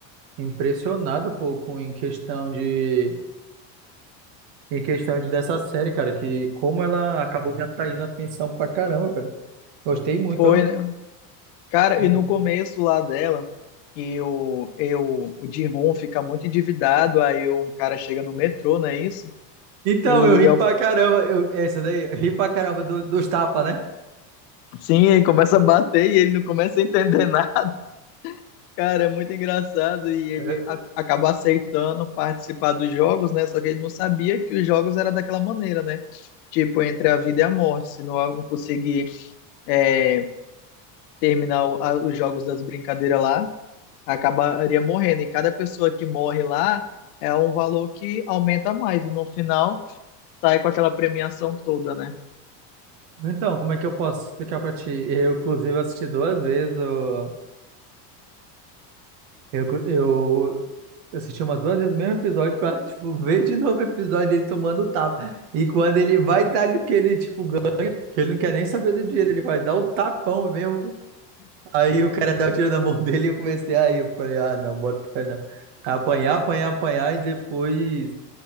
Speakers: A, on the right (about 65°); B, on the left (about 70°).
A: impressionado, pô, com em questão de em questão de dessa série, cara, que como ela acabou me atraindo a atenção pra caramba, cara. Gostei muito,
B: Foi,
A: ó.
B: né? Cara,
A: Uhum.
B: e no começo lá dela, que o, eu, o Ji-hoon fica muito endividado, aí um cara chega no metrô, não é isso?
A: Então,
B: E
A: eu ri
B: eu,
A: pra caramba. Eu, essa daí, eu ri pra caramba do- dos tapas, né?
B: sim, ele começa a bater e ele não começa a entender <laughs> nada. Cara, é muito engraçado e ele
A: É,
B: a- acaba aceitando participar dos jogos, né? Só que ele não sabia que os jogos era daquela maneira, né? Tipo, entre a vida e a morte. Se não conseguir é, terminar o- a- os jogos das brincadeiras lá, acabaria morrendo. E cada pessoa que morre lá é um valor que aumenta mais. E no final sai com aquela premiação toda, né?
A: Então, como é que eu posso explicar pra ti? Eu, inclusive, assisti duas vezes. Eu, eu, eu assisti umas duas vezes o mesmo episódio pra, <laughs> tipo, ver de novo o episódio dele tomando tapa. E quando ele vai dar ali que ele, tipo, ganha, que ele não quer nem saber do dinheiro, ele vai dar o tapão mesmo. Aí o cara dá o tiro na mão dele e eu comecei aí. Eu falei, ah, não, bota o pé não. Apanhar, apanhar, apanhar e depois.